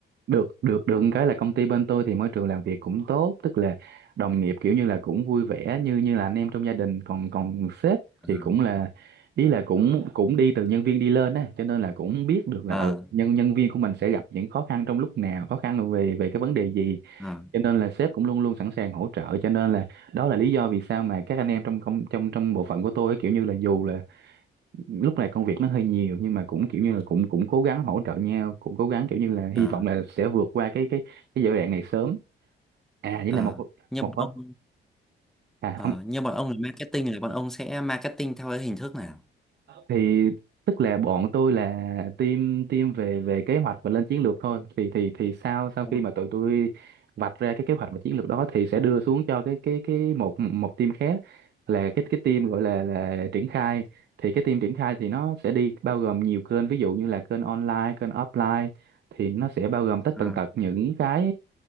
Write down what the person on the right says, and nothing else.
được được được một cái là công ty bên tôi thì môi trường làm việc cũng tốt tức là đồng nghiệp kiểu như là cũng vui vẻ như như là anh em trong gia đình còn còn sếp
thì cũng là ý là cũng cũng đi từ nhân viên đi lên á cho nên là cũng biết được là
ừ, nhân nhân viên của mình sẽ gặp những khó khăn trong lúc nào khó khăn về về cái vấn đề gì
cho nên là sếp cũng luôn luôn sẵn sàng hỗ trợ cho nên là đó là lý do vì sao mà các anh em trong công trong trong bộ phận của tôi á, kiểu như là dù là lúc này công việc nó hơi nhiều nhưng mà cũng kiểu như là cũng cũng cố gắng hỗ trợ nhau cũng cố gắng kiểu như là
hy vọng là sẽ vượt qua cái cái cái giai đoạn này sớm à với
là một
một
phần-
à
ông
thì tức là bọn tôi là team team về về kế hoạch và lên chiến lược thôi thì thì thì sau sau
khi mà tụi tôi vạch ra cái kế hoạch và chiến lược đó thì sẽ đưa xuống cho cái cái cái một một team khác là cái cái team gọi là là triển khai thì cái team triển khai thì nó sẽ đi bao gồm nhiều kênh ví dụ như là kênh online kênh offline thì nó sẽ bao gồm tất
tần tật những cái